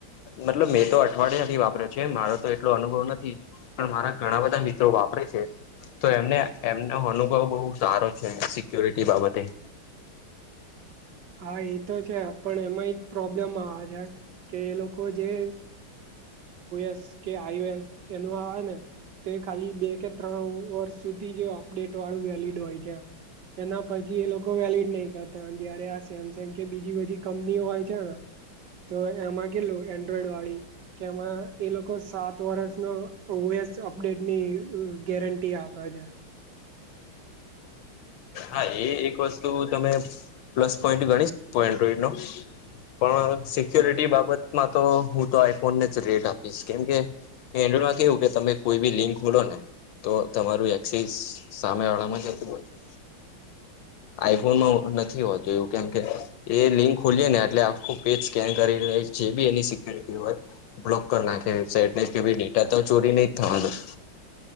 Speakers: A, on the left; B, on the right.
A: મતલબ મેં તો અઠવાડિયાથી વાપર્યો છે મારો તો એટલો અનુભવ નથી. પણ મારા ઘણા બધા મિત્રો વાપરે છે. તો એમને એમનો અનુભવ બહુ સારો છે સિક્યોરિટી બાબતે.
B: હા એ તો છે પણ એમાં એક પ્રોબ્લેમ આવે જ કે એ લોકો જે ઓસ કે આઈઓ એસ એનું આવે ને. તે ખાલી બે કે ત્રણ વર્ષ સુધી જે અપડેટ વાળું વેલીડ હોય છે. એના પથી એ લોકો વેલીડ નહી કરતા જય્યારે આ સેમસંગ કે બીજી બધી કંપનીઓ હોય છેને તો એમાં કેલું એન્ડ્રોઈડ વાળી કે એમાં એ લોકો સાત વર્ષ ન ઓએસ અપડેટ ની ગેરંટી આપે છે.
A: હા એ એક વસ્તુ તમે પ્લસ પોઈન્ટ ગણી શકો એન્ડ્રોઈડ નો પણ સિક્યોરિટી બાબતમાં તો હું તો આઈફોનને જ રેટ આપીશ કેમકે એન્ડ્રોડમાં કેવું કે તમે કોઈ બી લિંક ખોલો ને તો તમારું એક્સી સામે વાળામાં જતું હોય છે. આઈફોનમાં નથી હોતતો એવું કેમ કે એ લિંક ખોલીય ને એટલે આખું પેજ સ્કેન કરી જે બી એની સિકુરિટી હોય બ્લોક કર ના કે વેબસાઇટ કેી ડેટા તો ચોરી નહી થવાનું.